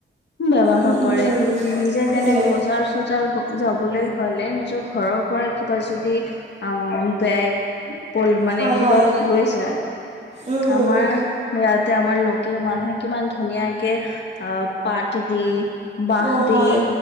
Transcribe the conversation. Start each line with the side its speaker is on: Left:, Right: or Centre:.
Left: ব্যৱহাৰ
Right: উম উম
Left: কৰে নিজে
Right: সেইটোৱে
Left: যেনে বজাৰ চজাৰ যাবলৈ হলে নিজৰ ঘৰৰ পৰা কিবা যদি অ বেগ ল মানে
Right: হয়
Left: কিবা
Right: হয়
Left: লৈ যায়।
Right: উম উম
Left: আমাৰ ইয়াতে আমাৰ মানুহে কিমান ধুনীয়াকে পাট দি বাহ
Right: অঁ হয়
Left: দি